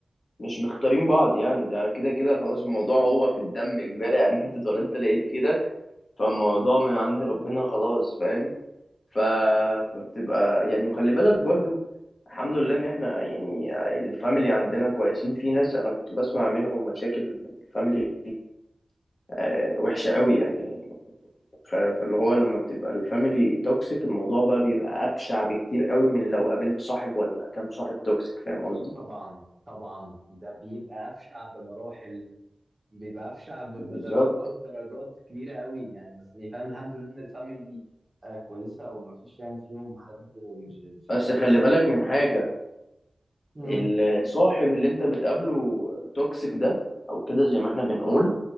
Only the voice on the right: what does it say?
طبعا طبعا ده بيبقى افشع بمراحل بيبقى افشع ب- بدرجات
درجات كبيره قوي يعني بس إيه، فاهم الحمد لله ان الفاميلي دي آه كويسه وما فيش يعني فيهم حد مش فاهم
توكسيك
مم.